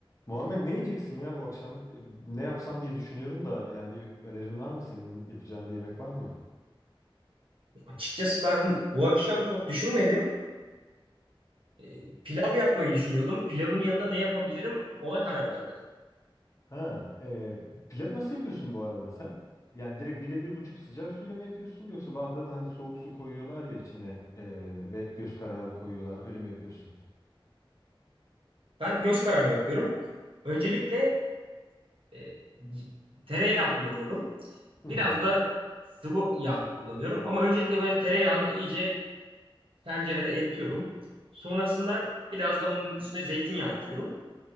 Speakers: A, on the left (about 35°); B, on the right (about 70°).
A: Muhammed ne yiyeceksin ya bu akşam? E, Ne yapsam diye düşünüyorum da yani bir önerin var mı? Senin yapacağın bir yemek var mı?
B: Açıkçası ben bu akşam çok düşünmedim. Ee, pilav yapmayı düşünüyordum. Pilavın yanında ne yapabilirim ona karar vermedim.
A: Ha, e, pilavı nasıl yapıyorsun bu arada sen? Yani direkt birebir buçuk sıcak suyla mı yapıyorsun yoksa bazıları da hani soğuk su koyuyorlar ya içine e, ve göz kararı koyuyorlar öyle mi yapıyorsun?
B: Ben göz kararı yapıyorum. Öncelikle e, tereyağı kullanıyorum.
A: Hı
B: Biraz
A: hı.
B: da sıvı yağ kullanıyorum. Ama öncelikle böyle tereyağını iyice tencerede eritiyorum. Sonrasında biraz da onun üstüne zeytinyağı atıyorum.